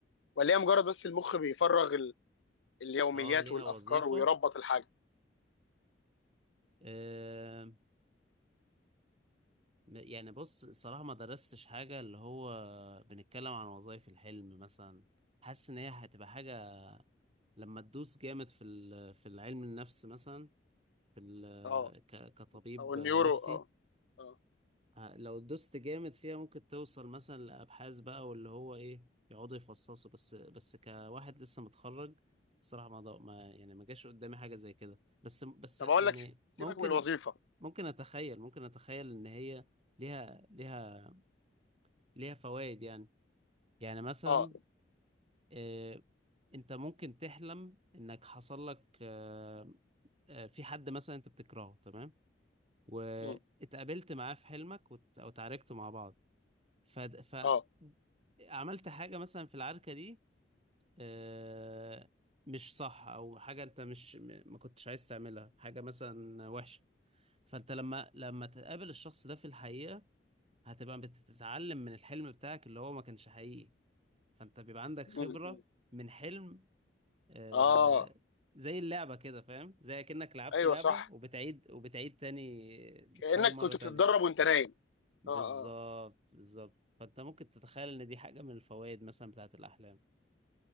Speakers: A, on the left; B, on the right.
A: ولا هي مجرد بس المخ بيفرغ ال... اليوميات
B: اه ليها
A: والافكار
B: وظيفة
A: ويربط الحاجه
B: آه يعني بص الصراحة ما درستش حاجة اللي هو بنتكلم عن وظائف الحلم مثلا حاسس ان هي هتبقى حاجة لما تدوس جامد في ال- في العلم النفس مثلا في ال-
A: اه
B: ك- كطبيب
A: او النيورو
B: نفسي
A: اه اه
B: ه- لو دوست جامد فيها ممكن توصل مثلا لأبحاث بقى واللي هو إيه يقعدوا يفصصوا بس بس كواحد لسه متخرج الصراحة ما, ض- ما يعني ما جاش قدامي حاجة زي كده بس بس
A: طب
B: يعني
A: اقول لك
B: ممكن
A: سيبك من الوظيفه
B: ممكن أتخيل ممكن أتخيل إن هي ليها ليها ليها فوائد يعني يعني مثلا
A: اه
B: آه، أنت ممكن تحلم إنك حصل لك آه، آه، في حد مثلا أنت بتكرهه تمام واتقابلت
A: مم.
B: معاه في حلمك وت- أو اتعاركتوا مع بعض ف... ف
A: اه
B: عملت حاجة مثلا في العركة دي آه، مش صح أو حاجة أنت مش م- ما كنتش عايز تعملها حاجة مثلا وحشة فأنت لما لما تقابل الشخص ده في الحقيقة هتبقى بتتعلم من الحلم بتاعك اللي هو ما كانش حقيقي فأنت بيبقى عندك خبرة
A: مم. مم.
B: من حلم آه،
A: اه
B: زي اللعبة كده فاهم زي كأنك لعبت
A: ايوه
B: لعبة
A: صح
B: وبتعيد وبتعيد تاني بتحاول
A: كانك
B: مرة
A: كنت
B: تانية
A: بتتدرب وانت نايم
B: بالظبط
A: اه اه
B: بالظبط فانت ممكن تتخيل ان دي حاجة من الفوائد مثلا بتاعت الاحلام